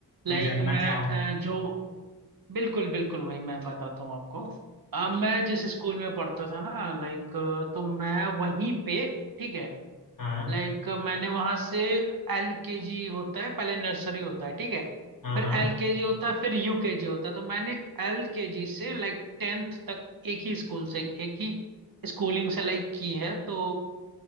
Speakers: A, on the left; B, on the right.
A: मैं
B: लाइक
A: जानना
B: मैं
A: चाहूँ
B: अ, जो बिल्कुल बिल्कुल भाई मैं बताता हूँ आपको अ, मैं जिस स्कूल में पढ़ता था ना लाइक तो मैं वहीं पे ठीक है
A: हाँ
B: लाइक मैंने वहां से एल के जी होता है पहले नर्सरी होता है ठीक है
A: हाँ
B: फिर
A: हाँ
B: एल के जी होता है फिर यू के जी होता है तो मैंने एल के जी से लाइक टेंथ तक एक ही स्कूल से एक ही स्कूलिंग से लाइक की है तो